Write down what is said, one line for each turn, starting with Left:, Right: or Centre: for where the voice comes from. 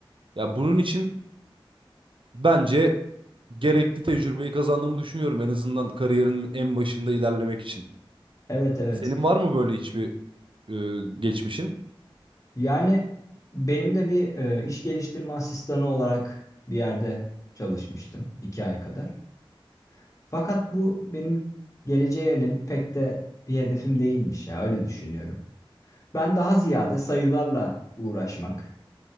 Right: Ya bunun için bence gerekli tecrübeyi kazandığımı düşünüyorum en azından kariyerin en başında ilerlemek için.
Left: Evet evet.
Right: Senin var mı böyle hiçbir e, geçmişin?
Left: Yani benim de bir e, iş geliştirme asistanı olarak bir yerde çalışmıştım iki ay kadar. Fakat bu benim geleceğe yönelik pek de bir hedefim değilmiş ya öyle düşünüyorum. Ben daha ziyade sayılarla uğraşmak,